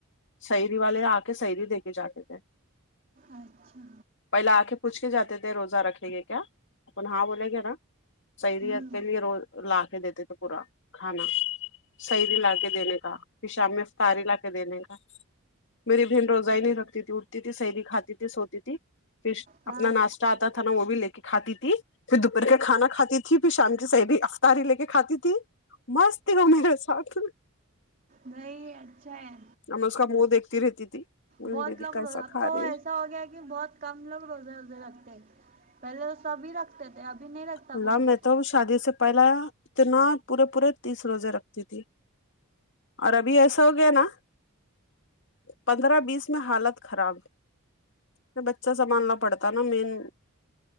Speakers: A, on the left; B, on the right.
A: سحری والے آ کے سحری دیکھے جاتے تھے
B: اچھا
A: پہلے آ کے پوچھ کے جاتے تھے روزہ رکھے گے کیا اپن ہاں بولیں گے نا سحیریت
B: ہوں ہوں
A: کے لیے روز لا کے دیتے تھے پورا کھانا سحری لا کے دینے کا پھر شام میں تاری لا کے دینے کا میری پہن روزائی نہیں رکھتی تھی اٹھتی تھی سحری کھاتی تھی سوتی تھی پھر
B: ہاں
A: اپنا ناشتہ آتا تھا نا وہ بھی لے کے کھاتی تھی پھر دوپہر کے کھانا کھاتی تھی پھر شام کی سحری افطاری لے کے کھاتی تھی مست تھی وہ میرے ساتھ
B: نہیںی اچھا ہے
A: آب میں اس کا منہ دیکھتی رہتی تھی
B: بہت
A: دیدی
B: لوگ
A: کیسا
B: روزہ اب
A: کھا
B: تو
A: رہی ہے
B: ایسا ہو گیا کہ بہت کم لوگ روزے وزے رکھتے پہلے توہ سبھی رکھتے تھے ابھی نہیں رکھتا
A: اللہ
B: کوئی جلدی
A: میں تو
B: ہوں
A: شادی سے پہلا اتنا پورے پورے تیس روزے رکھتی تھی اور ابھی ایسا ہو گیا نا پندرہ بیس میں حالت خراب میں بچہ سنبھالنا پڑتا ہے نا مین